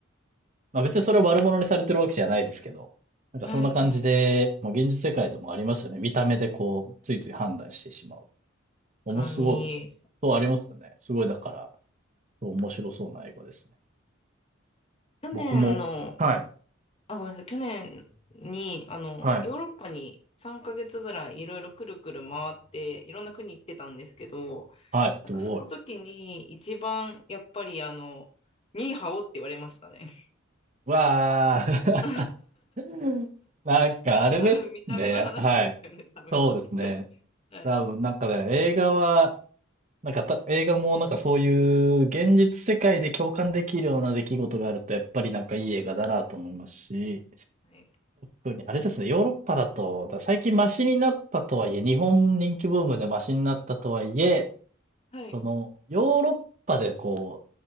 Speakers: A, on the right; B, on the left.
A: まあ別にそれを悪者にされてるわけじゃないですけど、なんかそんな感じで、
B: はい、はい。確
A: まあ現実世界でもありますよね。見た目でこう、ついつい判断してしまう。面白い、
B: かに、
A: そうありますよね。すごいだから、そう面白そうな英語ですね。
B: 去年の、
A: 僕も、はい。
B: あ、ごめんなさい、去年に、あの、
A: はい。
B: ヨーロッパに3ヶ月ぐらいいろいろくるくる回って、いろんな国行ってたんですけど、
A: はい、
B: なんかその時に一番やっぱりあの、
A: すごい。
B: ニーハオって言われましたね。
A: わー。
B: <laughs>
A: <laughs> なんかあれですね。
B: それも多分見た目の話ですよね、
A: はい。
B: 多分。
A: そうですね。
B: はい。
A: 多分なんかね、映画は、なんかた、映画もなんかそういう現実世界で共感できるような出来事があると、やっぱりなんかいい映画だなと思いますし、
B: はい。
A: 特にあれですね、ヨーロッパだと、だ最近マシになったとはいえ、日本人気ブームでマシになったとはいえ、
B: はい。
A: その、ヨーロッパでこ